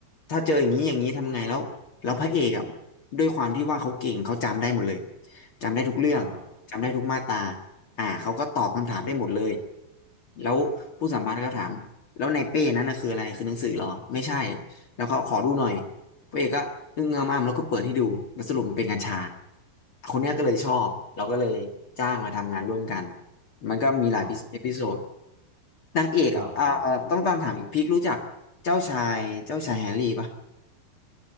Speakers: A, on the left; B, on the right.
A: ถ้าเจออย่างนี้อย่างนี้ทำไงแล้วแล้วพระเอกอ่ะด้วยความที่ว่าเขาเก่งเขาจำได้หมดเลยจำได้ทุกเรื่องจำได้ทุกมาตรา
B: อ๋อ
A: อ่าเขาก็ตอบคำถามได้หมดเลยแล้วผู้สัมภาษณ์ก็ถามแล้วในเป้นั้นนะคืออะไรคือหนังสือเหรอไม่ใช่แล้วก็ขอดูหน่อยพระเอกก็อึ้งงำอ้ำแล้วก็เปิดให้ดูแล้วสรุปมันเป็นกัญชาคนเนี้ยก็เลยชอบเราก็เลยจ้างมาทำงานร่วมกัน
B: อ่าฮะ
A: มันก็มีหลายเอพิโซด
B: อ๋อ
A: นางเอกอ่ะอ่าต้องตามถามอีกพีครู้จักเจ้าชายเจ้าชายแฮร์รี่ปะ
B: หล่อครับ